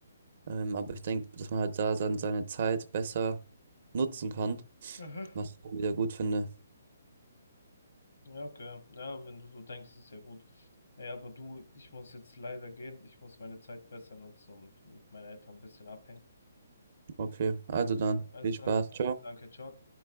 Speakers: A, on the right; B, on the left.
A: Ähm, aber ich denke, dass man halt da dann seine Zeit besser nutzen kann,
B: Aha.
A: was ich dann wieder gut finde.
B: Ja, okay. Ja, wenn du so denkst, ist ja gut. Ja, aber du, ich muss jetzt leider gehen. Ich muss meine Zeit besser nutzen und mit meinen Eltern ein bisschen abhängen.
A: Okay, also
B: Okay,
A: dann,
B: also
A: viel Spaß,
B: dann,
A: ciao.
B: danke, ciao.